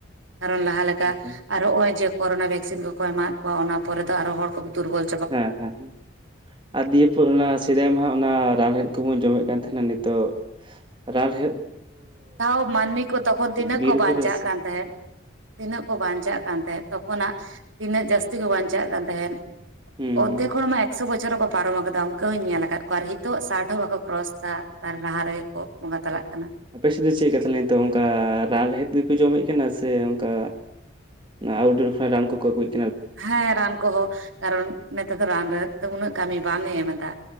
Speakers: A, on the right (about 75°); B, on the right (about 25°).
A: ᱠᱟᱨᱚᱱ ᱞᱟᱦᱟ ᱞᱮᱠᱟ
B: ᱦᱮᱸ ᱦᱮᱸ
A: ᱟᱨ ᱦᱚᱜᱼᱚᱭ ᱡᱮ ᱠᱚᱨᱚᱱᱟ ᱵᱷᱮᱠᱥᱤᱱ ᱠᱚᱠᱚ ᱮᱢᱟᱣᱟᱜ ᱠᱚᱣᱟ ᱚᱱᱟ ᱯᱚᱨᱮ ᱫᱚ ᱟᱨᱚ ᱦᱚᱲ ᱠᱚ ᱫᱩᱨᱵᱚᱞᱼᱼ
B: ᱦᱮᱸ ᱦᱮᱸ ᱦᱮᱸ᱾ ᱟᱨ ᱫᱤᱭᱮ ᱯᱚᱨ ᱚᱱᱟ ᱥᱮᱫᱟᱭ ᱢᱟ ᱦᱟᱜ ᱚᱱᱟ ᱨᱟᱱ ᱨᱮᱦᱮᱫ ᱠᱚᱵᱚᱱ ᱡᱚᱢᱮᱫ ᱠᱟᱱ ᱛᱟᱦᱮᱱᱟ ᱱᱤᱛᱚᱜᱼᱼ ᱨᱟᱱ ᱨᱮᱦᱮᱫᱼᱼ
A: ᱞᱟᱦᱟᱣ ᱢᱟᱱᱢᱤ ᱠᱚ ᱛᱚᱠᱷᱚᱱ ᱛᱤᱱᱟᱹᱜ
B: ᱵᱤᱨ
A: ᱠᱚ ᱵᱟᱧᱪᱟᱜ
B: ᱠᱚᱨᱮ ᱥᱮ
A: ᱠᱟᱱ ᱛᱟᱦᱮᱸᱫ᱾ ᱛᱤᱱᱟᱹᱜ ᱠᱚ ᱵᱟᱧᱪᱟᱜ ᱠᱟᱱ ᱛᱟᱦᱮᱸᱫ, ᱛᱚᱠᱷᱚᱱᱟᱜ ᱛᱤᱱᱟᱹᱜ ᱡᱟᱹᱥᱛᱤ ᱠᱚ ᱵᱟᱧᱪᱟᱜ ᱠᱟᱱ ᱛᱟᱦᱮᱸᱱ᱾
B: ᱦᱩᱸ
A: ᱚᱨᱫᱷᱮᱠ
B: ᱦᱩᱸ
A: ᱦᱚᱲ ᱢᱟ ᱮᱠᱼᱼ ᱢᱤᱫᱥᱚ ᱵᱚᱪᱷᱚᱨ ᱦᱚᱠᱚ ᱯᱟᱨᱚᱢ ᱟᱠᱟᱫᱟ, ᱚᱱᱠᱟᱹ ᱦᱚᱸᱧ ᱧᱮᱞ ᱟᱠᱟᱫ ᱠᱚᱣᱟ ᱟᱨ ᱦᱤᱛᱚᱜ ᱥᱟᱴ ᱦᱚᱸ ᱵᱟᱠᱚ ᱠᱨᱚᱥ ᱫᱟ, ᱛᱟᱨ ᱞᱟᱦᱟ ᱨᱮᱜᱮ ᱠᱚ ᱵᱚᱸᱜᱟ ᱛᱟᱞᱟᱜ ᱠᱟᱱᱟ᱾
B: ᱟᱯᱮ ᱥᱮᱫ ᱫᱚ ᱪᱮᱫ ᱞᱮᱠᱟ ᱛᱟᱦᱚᱞᱮ ᱱᱤᱛᱚ ᱚᱱᱠᱟ ᱨᱟᱱ ᱨᱮᱦᱮᱫ ᱜᱮᱯᱮ ᱡᱚᱢᱮᱫ ᱠᱟᱱᱟ, ᱥᱮ ᱚᱱᱠᱟ ᱟᱩᱴᱰᱳᱨ ᱠᱷᱚᱱᱟᱜ ᱨᱟᱱ ᱠᱚᱠᱚ ᱟᱜᱩᱭ
A: ᱦᱮᱸ ᱨᱟᱱ ᱠᱚᱦᱚᱸ, ᱠᱟᱨᱚᱱ ᱱᱮᱛᱟᱨ ᱫᱚ ᱨᱟᱱ ᱨᱮᱦᱮ ᱫᱚ ᱩᱱᱟᱹᱜ ᱠᱟᱢᱤ ᱵᱟᱝᱮ ᱮᱢ ᱮᱫᱟ᱾